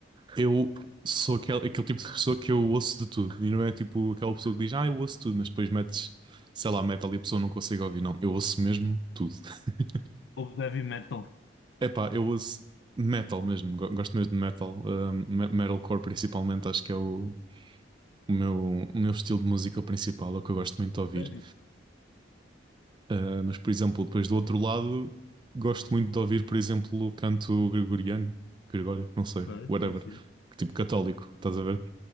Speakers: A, on the right; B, on the left.
A: eu sou aquele, aquele tipo de pessoa que eu ouço de tudo. E não é tipo aquela pessoa que diz, ah, eu ouço tudo, mas depois metes, sei lá, metal e a pessoa não consegue ouvir. Não, eu ouço mesmo tudo. <laughs>
B: Ouves heavy metal?
A: Epá, eu ouço metal mesmo. go- Gosto mesmo de metal. hum, me- metalcore principalmente, acho que é o, o meu, o meu estilo de música principal, é o que eu gosto muito de ouvir.
B: Sério?
A: Ah, mas, por exemplo, depois do outro lado, gosto muito de ouvir, por exemplo, o canto gregoriano, Gregório, não sei,
B: Ok,
A: whatever,
B: sim, sim.
A: tipo católico, estás a ver?